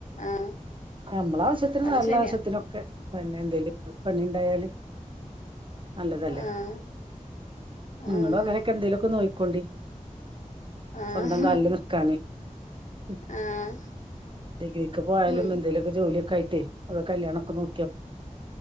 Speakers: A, on the left (about 65°); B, on the right (about 40°).
A: ആഹ്
B: നമ്മളാവശ്യത്തിനും
A: അത്
B: വേറെ ള്ളാവശ്യത്തിനൊക്കെ.
A: ശരിയാ
B: പിന്നെന്തേലും പണിണ്ടായാല് നല്ലതല്ലേ
A: ആഹ്
B: ങ്ങളും
A: ആഹ്
B: അങ്ങനൊക്കെ ന്തേലൊക്കെ നോയിക്കോണ്ടി
A: ആഹ്
B: സ്വന്തം കാൽല് ന്ക്കാന്. ഉം
A: ആഹ്
B: ഡിഗ്രിക്ക് പോയാലും
A: ഉം
B: എന്തേലൊക്കെ ജോലിയൊക്കായിറ്റെയ് അ കല്യാണൊക്കെ നോ